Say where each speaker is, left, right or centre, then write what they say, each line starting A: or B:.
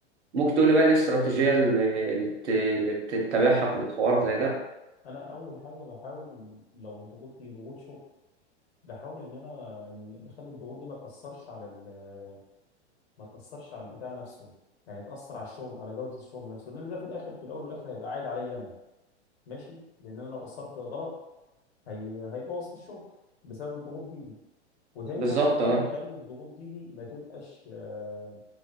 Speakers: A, on the right; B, on the left.
A: ممكن تقول لي بقى إيه الاستراتيجيه اللي اللي بت- اللي بتتبعها في الحوار زي ده
B: انا اول حاجه بحاول لو الضغوط دي ضغوط شغل بحاول ان انا إن بخلي الضغوط دي ما تاثرش على ال... ما تاثرش على البتاع نفسه يعني تاثر على الشغل على جوده الشغل نفسه لان ده في الاخر في الاول والاخر هيبقى عايد عليا انا ماشي لان انا لو قصرت غلط هي هيبوظ في الشغل بسبب الضغوط دي دي وتاني
A: بالظبط
B: حاجه بحاول
A: اه
B: اخلي الضغوط دي دي ما تبقاش آه،